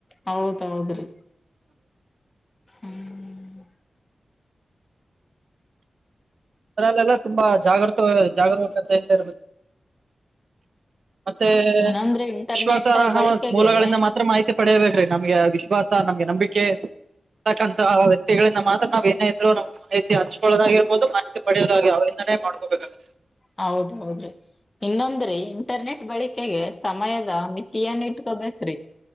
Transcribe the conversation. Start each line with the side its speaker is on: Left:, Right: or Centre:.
Left: ಹೌದೌದ್ರಿ. ಉಮ್.
Right: ಅಲ್ಲೆಲ್ಲ ತುಂಬಾ ಜಾಗೃತ ಜಾಗರೂಕತೆಯಿಂದ ಇರಬೇಕು. ಮತ್ತೆ
Left: ಇನ್ನೊಂದ್ರೆ ಇಂಟರ್ನೆಟ್
Right: ವಿಶ್ವಾಸಾರ್ಹ
Left: ಬಳಕೆಗೆ
Right: ಮೂಲಗಳಿಂದ ಮಾತ್ರ ಮಾಹಿತಿ ಪಡೆಯಬೇಕು. ನಮ್ಗೆ ವಿಶ್ವಾಸ ನಮ್ಗೆ ನಂಬಿಕೆ ತಕ್ಕಂತ ಗಳಿಂದ ಮಾತ್ರ ನಾವ್ ಏನ ಇದ್ರು ಹಂಚ್ಕೊಳ್ಳೋದಾಗಿರ್ಬಹದು. ಪಡೆಯೋದಾಗ ಅವ್ರಂದನೇ ಮಾಡ್ಕೋಬೇಕಾಗುತ್ತೆ.
Left: ಹೌದ ಹೌದ್ರಿ ಇನ್ನೊಂದ್ರಿ ಇಂಟರ್ನೆಟ್ ಬಳಿಕೆಗೆ ಸಮಯದ ಮಿತಿಯನ್ ಇಟ್ಕೋಬೇಕ್ರಿ.